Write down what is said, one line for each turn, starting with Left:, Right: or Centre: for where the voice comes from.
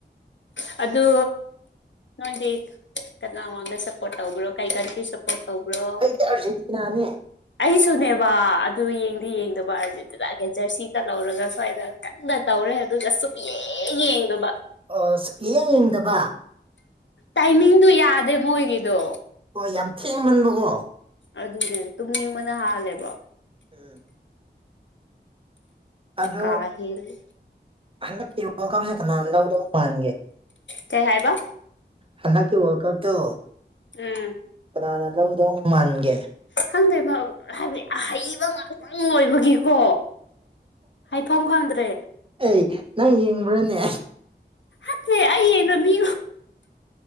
Left: ꯑꯗꯨ ꯅꯪꯗꯤ ꯀꯅꯥ ꯉꯣꯟꯗ ꯁꯞꯄꯣꯠ ꯇꯧꯕ꯭ꯔꯣ ꯀꯩꯀꯥ ꯁꯞꯄꯣꯠ ꯇꯧꯕ꯭ꯔꯣ
Right: ꯑꯩꯗꯤ ꯑꯥꯔꯖꯦꯟꯇꯤꯅꯥꯅꯦ
Left: ꯑꯩꯁꯨꯅꯦꯕ ꯑꯗꯨ ꯌꯦꯡꯗꯤ ꯌꯦꯡꯗꯕ ꯑꯥꯔꯖꯟꯇꯤꯅꯥꯒꯤ ꯖꯔꯁꯤꯒ ꯂꯧꯔꯒ ꯁ꯭ꯨꯋꯥꯢꯗ ꯀꯟꯅ ꯇꯧꯔꯦ ꯑꯗꯨꯒ ꯁꯨꯛꯌꯦꯡ ꯌꯦꯡꯗꯕ
Right: ꯑꯣ ꯌꯦꯡ ꯌꯦꯡꯗꯕ
Left: ꯇꯥꯏꯃꯤꯡꯗꯨ ꯌꯥꯗꯦ ꯃꯣꯏꯒꯤꯗꯣ
Right: ꯍ‌ꯣꯏ ꯌꯥꯝ ꯊꯦꯡꯃꯟꯕꯀꯣ
Left: ꯑꯗꯨꯅꯦ ꯇꯨꯝꯅꯤꯡꯕꯅ ꯍꯥꯜꯂꯦꯕ
Right: ꯎꯝ ꯑꯗꯣ
Left: ꯀꯥ ꯍꯦꯜꯂꯦ
Right: ꯍꯟꯗꯛꯀꯤ ꯋꯥꯜ ꯀꯞ ꯁꯤ ꯀꯅꯥꯅ ꯂꯧꯗꯧꯕ ꯃꯥꯟꯒꯦ
Left: ꯀꯩ ꯍꯥꯏꯕ
Right: ꯍꯟꯗꯛꯀꯤ ꯋꯥꯜ ꯀꯞ ꯇꯣ
Left: ꯎꯝ
Right: ꯀꯅꯥꯅ ꯂꯧꯗꯧ ꯃꯥꯟꯒꯦ
Left: ꯈꯪꯗꯣꯏꯦꯕ ꯍꯥꯏꯕꯗꯤ ꯑ ꯍꯩꯕ ꯉꯥꯛꯇꯪ ꯂ ꯑꯣꯏꯕꯒꯤꯀꯣ ꯍꯥꯏꯐꯝ ꯈꯪꯗ꯭ꯔꯦ
Right: ꯑꯩ ꯅꯪ ꯌꯦꯡꯕ꯭ꯔꯥꯅꯦ
Left: ꯑꯠꯇꯦ ꯑꯅ ꯃꯤ